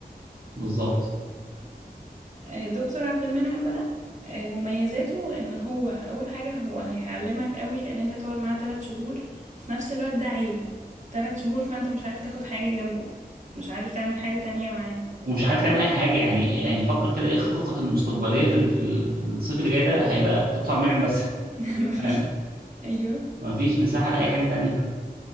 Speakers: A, on the right; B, on the right.
A: بالظبط
B: آه، دكتور عبد المنعم بقى آه، مميزاته ان هو اول حاجة هو هيعلمك قوي لان انت تقعد معاه ثلاث شهور وفي نفس الوقت ده عيب ثلاث شهور فانت مش عارف تاخد حاجة جنبه مش عارف تعمل حاجة تانية معاه
A: ومش عارف تعمل اي حاجه يعني يعني فكر كده ايه خططك المستقبليه في ال- في ال- في الصيف اللي جاي ده هيبقى تقطع منعم بس <laughs>
B: <laughs> مفيش
A: فاهم
B: ايوه
A: مفيش مساحه لاي حاجه تانية